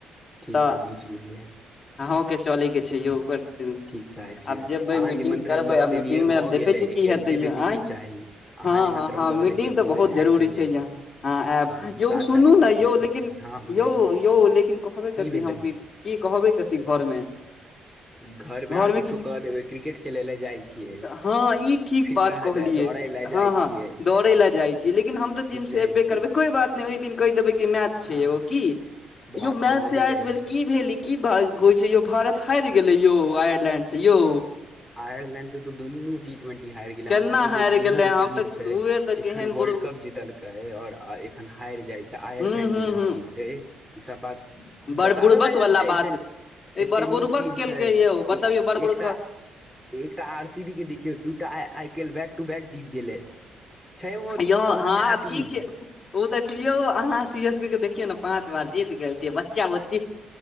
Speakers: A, in the centre; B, on the left.
A: ठीक
B: त
A: छै बुझि गेलियै
B: अहो के चले के छै यो ओकर
A: ठीक छै आबि
B: आब जेबै
A: अहाँ
B: मीटिंग
A: निमंत्रण
B: करबै
A: दऽ
B: आ
A: देलियै
B: मीटिंग मे
A: भऽ
B: आ देखै
A: गेलै
B: छीयै की हेतैय
A: ऐसे बेसी
B: आँय
A: की चाही अहाँ
B: हँ
A: निमंत्रण
B: हँ हँ
A: दऽ
B: मीटिंग
A: देलियै भऽ
B: तऽ बहुत
A: गेलै
B: जरूरी
A: आबि जेबै
B: छै यहाँ ह आयब
A: हँ
B: यों
A: सात
B: सुनु
A: तारीख
B: ने
A: के छै
B: यौ
A: ठीक
B: लेकिन
A: छै हँ बुझलियै
B: यौ यौ लेकिन कहबे
A: की
B: कथी
A: भेलै
B: की कहबै कथी घरमे
A: घर
B: घरमे
A: मे अहाँ किछु क देबै क्रिकेट खेले लए जाइ छियै
B: हँ ई ठीक
A: फिट
B: बात
A: रहै
B: कहलियै
A: लए दौड़ै लए
B: हँ
A: जाइ
B: हँ
A: छियै
B: दौड़े ला जाइ छियै लेकिन हम तऽ जिम से
A: जाइ
B: एबे
A: छियै
B: करबै कोई बात नहि ओहि दिन कह देबे की मैच छिये
A: हँ
B: एगो की
A: बात
B: यो मैच
A: भऽ
B: से
A: गेलै
B: याद भेल
A: बस
B: की भेल की होइ छै यौ भारत हारि गेलै यौ आयरलैंड से यौ
A: आयरलैंड से तो दुनू टी ट्वेंटी हारि गेले
B: केना
A: हम सोचलियै
B: हारि
A: केहन
B: गेलै हम
A: टीम
B: तऽ
A: छै
B: उहे तऽ
A: एखन
B: केहन
A: वर्ल्ड
B: बुर
A: कप जीतलकै और एखन हारि जाय छै आयरलैंड
B: हूँ हूँ
A: जेहन
B: हूँ
A: टीम से ई सब बात
B: बड़
A: बताबै
B: बुड़बक
A: बला
B: वाला
A: छै
B: बात
A: एते
B: ई
A: एते
B: बड़ बुड़बक
A: नीक टीम
B: केलकै
A: छै
B: यौ बतबियौ
A: एक
B: बड़ बुड़क
A: एकटा एकटा आर सी बी के देखियौ दूटा I P L back to back जीत गेलै छै ओ
B: यौ
A: ओहन
B: हँ
A: जेना टीम
B: ठीक छै ओ त छै यौ अहाँ सी एस के देखियौ ने पाँच बार जीत गेल छियै बच्चा बुच्ची